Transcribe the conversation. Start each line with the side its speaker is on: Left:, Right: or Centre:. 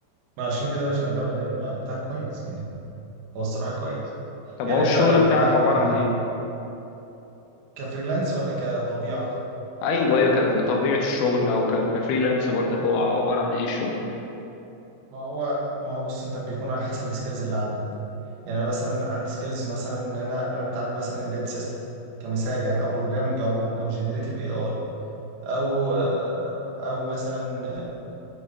Right: ما عشان كده شغال ايوه العائد بتاعها كويس يعني هو الصراحه كويس
Left: طب
Right: يعني
Left: هو
Right: انت
Left: الشغل
Right: لما
Left: بتاعك
Right: انا
Left: عبارة
Right: آه،
Left: عن ايه؟
Right: كفريلانس ولا كطبيعه
Left: ايوه ايوه ك- كطبيعة الشغل او ك- كفريلانس برضك هو عبارة عن ايه الشغل؟
Right: ما هو ما هو بص انت بيكون على حسب السكيلز اللي عندك يعني انا مثلا عندي سكيلز مثلا ان انا انا متعلم مثلا امبيد سيستم كمثال يعني او بروجرامنج عموما او جنريتيف اي اي او آه، او مثلا